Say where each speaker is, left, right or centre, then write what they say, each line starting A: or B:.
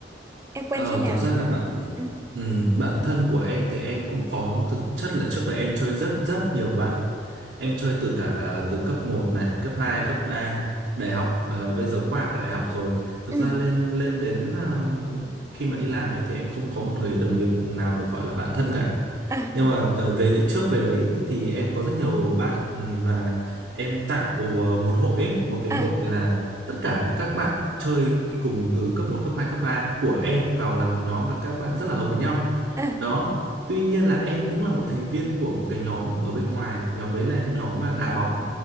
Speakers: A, on the right; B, on the right.
A: Em quen
B: Ờ,
A: khi nào?
B: thực ra là bạn
A: Ừ.
B: ừm, bạn thân của em thì em cũng có thực chất là trước đây em chơi rất rất nhiều bạn. Em chơi từ cả à, từ cấp một này, cấp hai cấp ba đại học ờ, bây giờ qua cả đại học rồi. Thực
A: Ừ.
B: ra lên lên đến ờm, khi mà đi làm ấy thì em không có một người đồng nghiệp nào được gọi là bạn thân cả.
A: À,
B: Nhưng mà tờ- về trước về đấy thì em có rất nhiều bạn ừm, và em tạo ờ, một hội ấy, một cái
A: à,
B: hội là tất cả các bạn chơi cùng từ cấp một cấp hai cấp 3 của em vào làm một nhóm và các bạn rất là hợp với nhau.
A: à,
B: Đó. Tuy nhiên là em cũng là một thành viên của một cái nhóm ở bên ngoài, nhóm đấy là nhóm mà đá bóng.